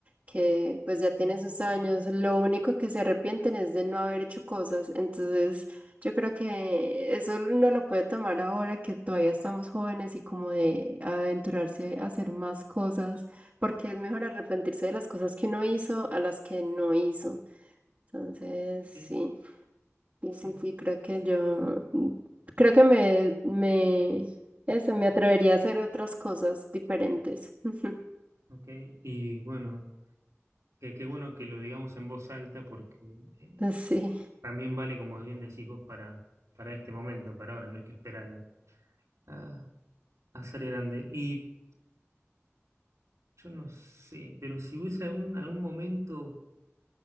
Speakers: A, on the right; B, on the right.
A: que pues ya tiene sus años, lo único que se arrepienten es de no haber hecho cosas. Entonces, yo creo que eso uno lo puede tomar ahora que todavía estamos jóvenes y como de aventurarse a hacer más cosas porque es mejor arrepentirse de las cosas que uno hizo a las que no hizo. Entonces, sí,
B: Sí,
A: sí,
B: sí,
A: sí, sí, creo que yo, mm, creo que me, me, eso, me atrevería a hacer otras cosas diferentes. <laughs>
B: ok. Y bueno, que qué bueno que lo digamos en voz alta porque... eh,
A: Sí.
B: También vale, como bien decís vos, para, para este momento, para ahora, no hay que esperar a, a- a ser grande. Y yo no sé, pero si hubiese algún, algún momento,